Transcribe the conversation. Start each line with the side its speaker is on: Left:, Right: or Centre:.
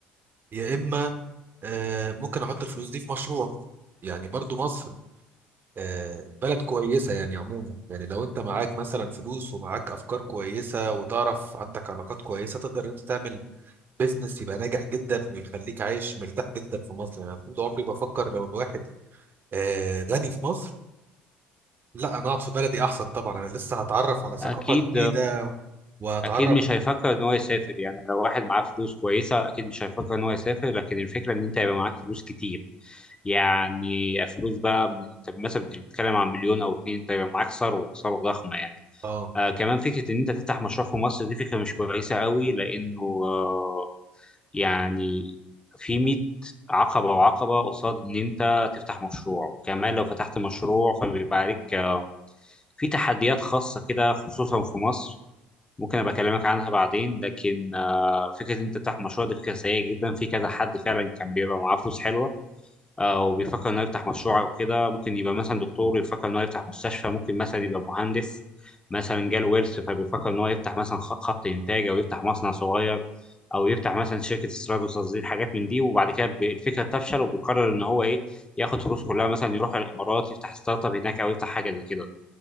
Right: يا اما آه، ممكن احط الفلوس دي في مشروع يعني برضو مصر آه، بلد كويسة يعني عموما يعني لو انت معاك مثلا فلوس ومعاك افكار كويسة وتعرف عندك علاقات كويسة تقدر انت تعمل بيزنس يبقى ناجح جدا ويخليك عايش مرتاح جدا في مصر يعني أنا طول عمري بفكر لو الواحد آه، غني في مصر لا انا اقعد في بلدي احسن طبعا انا لسه هتعرف على ثقافة
Left: أكيد
Right: جديدة وهتعرف
Left: اكيد مش هيفكر ان هو يسافر يعني لو واحد معاه فلوس كويسه اكيد مش هيفكر ان هو يسافر لكن الفكره ان انت يبقى معاك فلوس كتير يعني فلوس بقى انت مثلا بتتكلم عن مليون او اتنين انت يبقى معاك ثروه ثروه ضخمه يعني
Right: اه
Left: آه كمان فكره ان انت تفتح مشروع في مصر دي فكره مش كويسه قوي لانه آه يعني في 100 عقبه وعقبه قصاد ان انت تفتح مشروع وكمان لو فتحت مشروع فبيبقى عليك آه، في تحديات خاصة كده خصوصا في مصر ممكن ابقى اكلمك عنها بعدين لكن آه، فكره انت تفتح مشروع دي فكره سيئه جدا في كذا حد فعلا كان بيبقى معاه فلوس حلوه آه، وبيفكر انه يفتح مشروع او كده ممكن يبقى مثلا دكتور يفكر انه يفتح مستشفى ممكن مثلا يبقى مهندس مثلا جاله ورث فبيفكر ان هو يفتح مثلا خ- خط انتاج او يفتح مصنع صغير او يفتح مثلا شركه استيراد وتصدير حاجات من دي وبعد كده ب- الفكره تفشل وبيقرر ان هو ايه ياخد فلوس كلها مثلا يروح الامارات يفتح ستارت اب هناك او يفتح حاجه زي كده